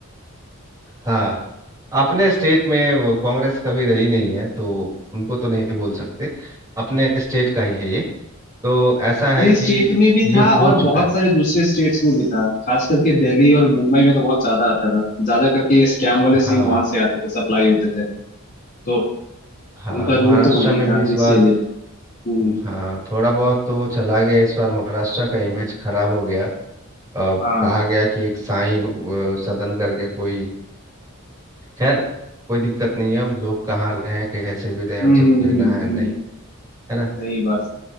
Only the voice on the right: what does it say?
हाँ अपने स्टेट में वो कांग्रेस कभी रही नहीं है तो उनको तो नहीं बोल सकते अपने स्टेट का ही है ये तो ऐसा
है कि
ये
हो
चुका है
हाँ
हाँ
महाराष्ट्र
में
भी इस
बार
हाँ थोड़ा बहुत तो वो चला गया इस बार महाराष्ट्र का इमेज खराब हो गया अब
कहा गया कि एक साईं अ, सदन करके कोई खैर कोई दिक्कत नहीं है अब लोग कहाँ रहें कैसे भी रहें
उसे
लेना
है नहीं
है ना